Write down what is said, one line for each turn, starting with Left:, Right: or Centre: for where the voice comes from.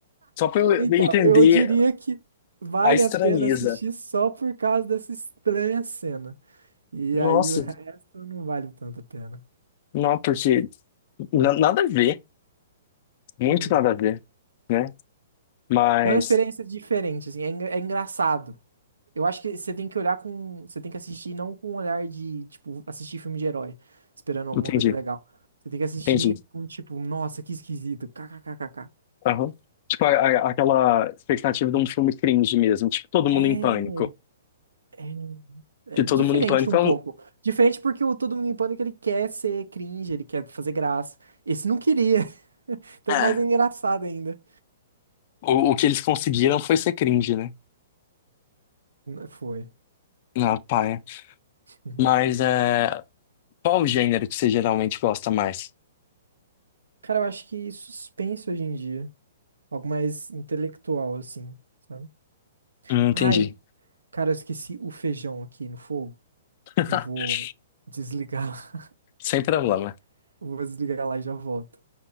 Left: Só para eu
Right: Então,
Left: entender
Right: eu diria que vale
Left: a estranheza.
Right: a pena assistir só por causa dessa estranha cena. E
Left: Nossa,
Right: aí o resto não vale tanto a pena.
Left: não, porque na- nada a ver, muito
Right: Uhum.
Left: nada a ver, né? Mas
Right: Foi uma experiência diferente, assim, é, engra- é engraçado. Eu acho que você tem que olhar com. Você tem que assistir não com um olhar de, tipo, assistir filme de herói, esperando alguma
Left: entendi,
Right: coisa legal. Você tem que assistir
Left: entendi.
Right: com, tipo, nossa, que esquisito, kkkk.
Left: Aham. Tipo, a- a- aquela expectativa de um filme cringe mesmo, tipo, todo mundo
Right: É,
Left: em pânico.
Right: é,
Left: De
Right: é
Left: todo
Right: diferente
Left: mundo em pânico.
Right: um
Left: é
Right: pouco.
Left: um-
Right: Diferente porque o Todo Mundo em Pânico ele quer ser cringe, ele quer fazer graça. Esse não queria. <laughs> Então
Left: É.
Right: é mais engraçado ainda.
Left: O, o que eles conseguiram foi ser cringe, né?
Right: Foi.
Left: Na paia.
Right: Uhum.
Left: Mas é, qual o gênero que você geralmente gosta mais?
Right: Cara, eu acho que suspense hoje em dia. Algo mais intelectual, assim, sabe?
Left: Hum, entendi.
Right: Ai, cara, eu esqueci o feijão aqui no fogo.
Left: <laughs>
Right: Eu vou desligar.
Left: Sem problema.
Right: <laughs> Vou desligar lá e já volto.